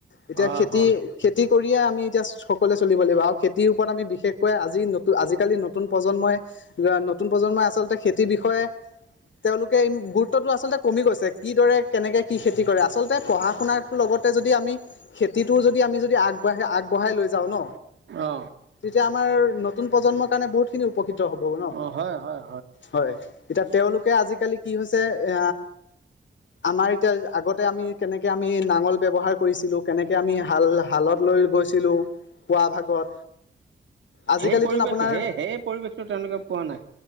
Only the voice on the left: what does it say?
এতিয়া
খেতি
খেতিক কৰিয়ে আমি এতিয়া সকলোৱে চলিব লাগিব আৰু খেতিৰ ওপৰত আমি বিশেষকৈ আজি নতু আজিকালি নতুন প্ৰজন্মই। নতুন প্ৰজন্মই আচলতে খেতিৰ বিষয়ে। তেওঁলোকে গুৰুত্বটো আচলতে কমি গৈছে কিদৰে কেনেকৈ কি খেতি কৰে আচলতে পঢ়া শুনাৰটো লগত। যদি আমি খেতিটো যদি আমি যদি আগবাঢ়ি আগবঢ়াই লৈ যাওঁ ন।
তেতিয়া আমাৰ নতুন প্ৰজন্মৰ কাৰণে বহুতখিনি উপকৃত। হ'ব ন
হয় এতিয়া তেওঁলোকে আজিকালি কি হৈছে এ আমাৰ এতিয়া আগতে আমি কেনেকে আমি নাঙল। ব্যৱহাৰ কৰিছিলো কেনেকে আমি হাল হালত লৈ গৈছিলো পুৱা ভাগত আজিকালিতোন
আপোনাৰ